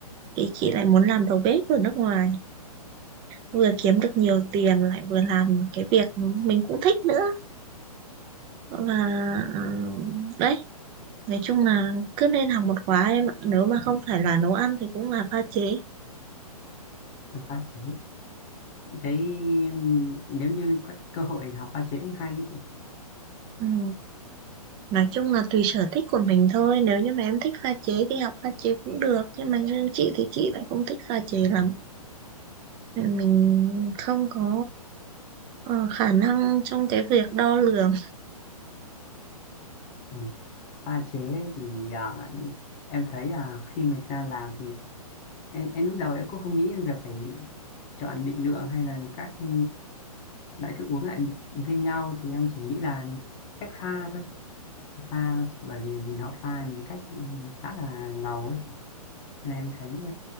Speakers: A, on the right; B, on the left.
A: thì chị lại muốn làm đầu bếp ở nước ngoài vừa kiếm được nhiều tiền lại vừa làm cái việc mình cũng thích nữa và ờ, đấy nói chung là cứ nên học một khóa em ạ nếu mà không phải là nấu ăn thì cũng là pha chế
B: học pha chế thấy um, nếu như có cơ hội học pha chế cũng hay ấy chị
A: ừ. nói chung là tùy sở thích của mình thôi nếu như mà em thích pha chế thì học pha chế cũng được nhưng mà riêng chị thì chị lại không thích pha chế lắm mình không có ờ, khả năng trong cái việc đo lường
B: ừ. pha chế thì ờ, em thấy là khi mình ta làm thì em, em lúc đầu em cũng không nghĩ là phải chọn định lượng hay là các ừ, loại thức uống lại được với nhau thì em chỉ nghĩ là cách pha thôi pha bởi vì nhìn họ pha những cách ừ, khá là ngầu ấy chị nên em thấy ừ,